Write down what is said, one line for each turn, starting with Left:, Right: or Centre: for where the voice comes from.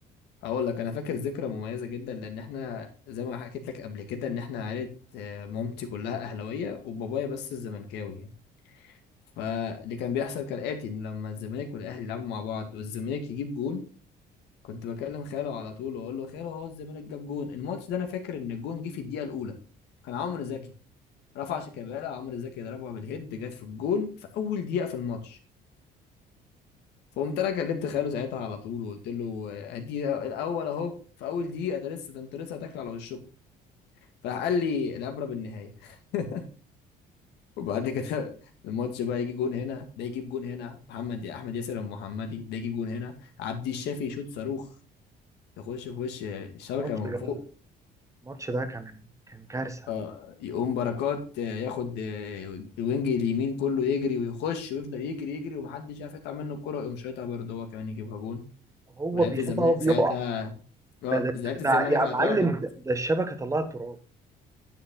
Left: هقول لك انا فاكر ذكرى مميزه جدا لان احنا زي ما حكيت لك قبل كده ان احنا عائله آه، مامتي كلها اهلاويه وبابايا بس الزملكاوي فاللي كان بيحصل كالآتي إن لما الزمالك والأهلي يلعبوا مع بعض والزمالك يجيب جون كنت بكلم خاله على طول وأقول له خاله هو الزمالك جاب جون الماتش ده أنا فاكر إن الجون جه في الدقيقة الأولى كان عمرو زكي رفع شيكابالا عمرو زكي ضربها بالهيد جت في الجون في أول دقيقة في الماتش فقمت أنا كلمت خاله ساعتها على طول وقلت له أدي الأول أهو في أول دقيقة ده لسه ده أنتوا لسه هتاكلوا على وشكم فراح قال لي العبرة بالنهاية <laughs> وبعد كده <laughs> الماتش بقى يجي جون هنا ده يجيب جون هنا محمد احمد ياسر المحمدي ده يجيب جون هنا عبد الشافي يشوط صاروخ تخش في وش الشبكه
Right: الماتش
Left: من
Right: ده
Left: فوق
Right: الماتش ده كان كان كارثه
Left: آه يقوم بركات آه، ياخد آه، الوينج اليمين كله يجري ويخش ويفضل يجري يجري ومحدش عارف يقطع منه الكرة يقوم شايطها برضه هو كمان يجيبها جون
Right: هو
Left: ولعيبة
Right: بيشوط
Left: الزمالك
Right: هو بيقع
Left: ساعتها اه
Right: ده ده,
Left: لعيبة الزمالك
Right: ده يا
Left: اعترضت
Right: معلم ده, ده الشبكه طلعت تراب